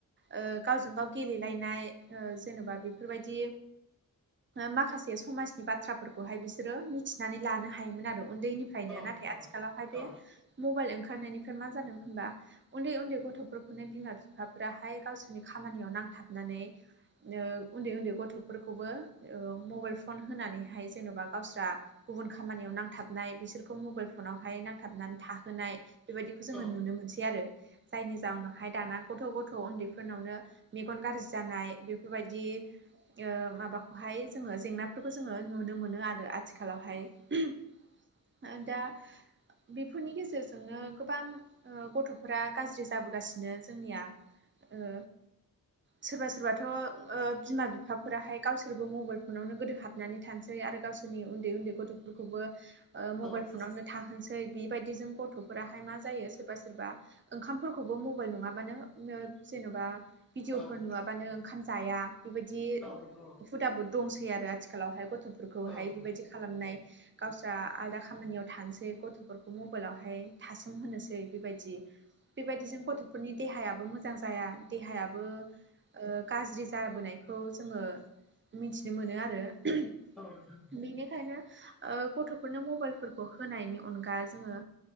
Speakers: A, on the right; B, in the centre.
A: ओ गावजों गाव गेलेलायनाय ओ जेनेबा बेफोरबायदि माखासे समाजनि बाथ्राफोरखौहाय बिस मिथिनानै लानो हायोमोन आरो उन्दैनिफ्रायनो
B: औ
A: नाथाय
B: नोंथां
A: आथिखालावहाय
B: औ नोंथां औ
A: बे
B: औ
A: मबाइल ओंखारनायनिफ्राय मा जादों होनबा उन्दै उन्दै गथ'फोरखौनो बिमा बिफाफोराहाय गावसोरनि खामानियाव नांथाबनानै नो उन्दै उन्दै गथ'फोरखौबो ओ मबाइल फन होनानैहाय जेन'बा गावस्रा गुबुन खामानियाव नांथाबनाय बिसोरखौ मबाइल फनावहाय नांथाबनानै थाहोनाय बेबायदिखो जोङो
B: औ
A: नुनो मोनसै आरो। जायनि जाउनावहाय दाना गथ' गथ' ओन्दैफोरनावनो मेगन गाज्रि जानाय बे बेफोरबायदि यो माबाखौहाय जोङो जेंनाफोरखौ जोङो नुनो मोनो आरो आथि खालावहाय ओहोम दा बेफोरनि गेजेरजोंनो गोबां ओ गथ'फोरा गाज्रि जाबोगासिनो जोंनिया ओ सोरबा सोरबाथ' ओ बिमा बिफाफोराहाय गावसोरबो मबाइल फनावनो गोदो हाबनानै थानोसै आरो गावसोरनि उन्दै उन्दै गथ'फोरखौबो ओ
B: औ
A: मबाइल
B: नंगौ औ नोंथां औ नोंथां औ नोंथां
A: फनावनो थाहोनोसै बिबायदिजों गथ'फोराहाय मा जायो सोरबा सोरबा ओंखामफोरखौबो मबाइल नङाबानो <unintelligible> जेन'बा भिडिअफोर
B: औ
A: नुवाबानो ओंखाम जाया बेबायदि
B: औ नंगौ
A: हुदाबो दंसै आरो आथिखालावहाय गथ'फोरखौहाय
B: औ औ नोंथां औ नंगौ
A: बेबायदि खालामनाय गावस्रा आलादा खामानियाव थानोसै गथ'फोरखौ मबाइलावहाय थासोम होनोसै बेबायदि बेबायदिजों गथ'फोरनि देहायाबो मोजां जाया देहायाबो ओ गाज्रि जाबोनायखौ जोङो मिथिनो मोनो आरो ओहोम।
B: औ नोंथां
A: बिनिखायनो ओ गथ'फोरनो मबाइलफोरखौ होनायनि अनगा जोङो